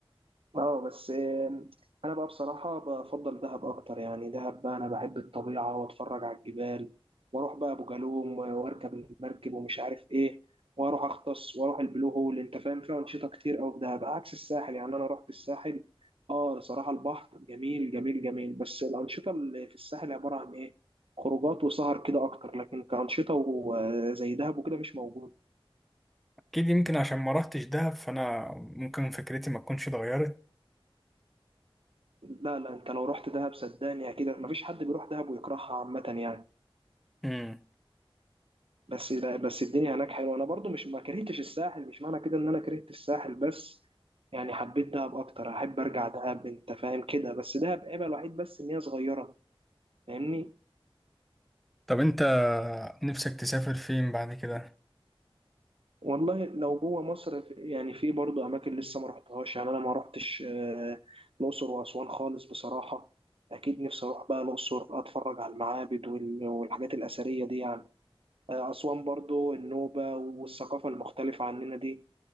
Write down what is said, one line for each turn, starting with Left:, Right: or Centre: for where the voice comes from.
Right: اه بس آم، انا بقى بصراحه بفضل دهب اكتر يعني دهب بقى انا بحب الطبيعه واتفرج على الجبال واروح بقى ابو جالوم واركب المركب ومش عارف ايه واروح اغطس واروح البلو هول انت فاهم فيها انشطه كتير قوي في دهب عكس الساحل يعني انا رحت الساحل اه بصراحه البحر جميل جميل جميل بس الانشطه اللي في الساحل عباره عن ايه خروجات وسهر كده اكتر لكن كانشطه و- آه، زي دهب وكده مش موجود
Centre: اكيد يمكن عشان ما رحتش دهب فانا ممكن فكرتي ما تكونش اتغيرت
Right: لا لا انت لو رحت دهب صدقني اكيد مفيش حد بيروح دهب ويكرهها عامة يعني
Centre: امم
Right: بس لا بس الدنيا هناك حلوة انا برضو مش ما كرهتش الساحل مش معنى كده ان انا كرهت الساحل بس يعني حبيت دهب اكتر احب ارجع دهب انت فاهم كده بس دهب عيبها الوحيد بس ان هي صغيرة فاهمني
Centre: طب انت نفسك تسافر فين بعد كده
Right: والله لو جوه مصر في- يعني في برضو اماكن لسه ما رحتهاش يعني انا ما رحتش آه، الاقصر واسوان خالص بصراحة اكيد نفسي اروح بقى الاقصر اتفرج على المعابد وال- والحاجات الاثرية دي يعني آه، أسوان برضو النوبة والثقافة المختلفة عننا دي